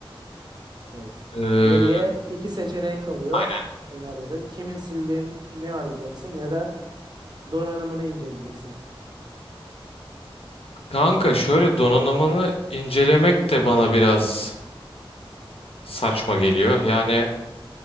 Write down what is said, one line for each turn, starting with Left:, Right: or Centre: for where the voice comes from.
Right: Evet.
Left: Ee,
Right: Geriye iki seçeneğin kalıyor
Left: aynen.
Right: senaryoda. Kimin sildiğini arayacaksın ya da donanımını inceleyeceksin.
Left: Kanka şöyle donanımını incelemek de bana biraz saçma geliyor. Yani